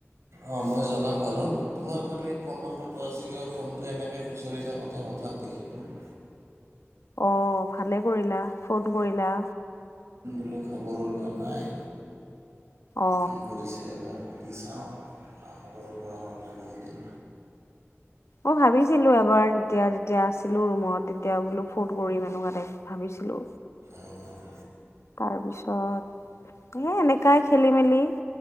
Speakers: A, on the right (about 80°); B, on the left (about 80°).
A: অঁ মই জনাম বাৰু তোমাৰ খালী ফোন নম্বৰটো আজি কিব ফোনটো এনেকৈ খুচৰি থাকোঁতে হঠাত দেখিলোঁ <inaudible>
B: অ ভালে কৰিলা ফোন কৰিলা।
A: মই খবৰ লোৱা নাই
B: অ
A: কি কৰিছে এবাৰ সুধি চাওঁ আৰু খা খবৰো লোৱা হোৱা নাই বহু দিন।
B: অ ভাবিছিলো এবাৰ যেতিয়া যেতিয়া আছিলো ৰুমত তেতিয়া বোলো ফোন কৰিম এনেকুৱাতে ভাবিছিলো
A: অঁ
B: তাৰপিছত এ এনেকাই খেলি মেলি।